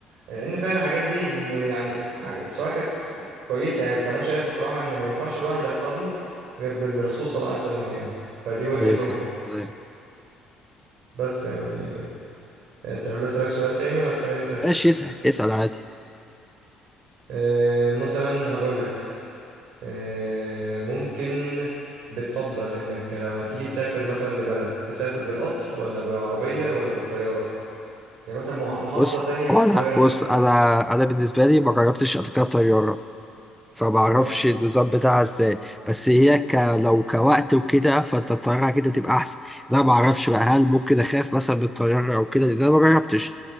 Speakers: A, on the right; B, in the centre.
A: لان فعلا الحاجات دي ان يعني حاجة- بصراحة كانت كويسة يعني فانا شايف بصراحة ان ما ينفعش الواحد يقتدي غير بالرسول صلى الله عليه وسلم يعني فدي وجهة
B: عليه الصلاه
A: نظري
B: والسلام
A: بس يعني آه، تحب أسألك سؤال تاني ولا تسأل أنت؟
B: ماشي اسال اسال عادي
A: آه، مثلا هقولك آه، ممكن بتفضل إنك لو هتيجي تسافر مثلا لبلد تسافر بالقطر ولا بالعربية ولا بالطيارة؟ يعني مثلا مح- محافظة
B: بص
A: تانية في
B: هو
A: القاهرة
B: انا بص
A: مثلا
B: انا انا بالنسبه لي ما جربتش قبل كده طياره فمعرفش
A: اه
B: النظام بتاعها ازاي بس هي ك... لو كوقت وكده فانت الطيارة كده تبقى احسن لا معرفش بقى هل ممكن اخاف مثلا من الطيارة او كده لان انا مجربتش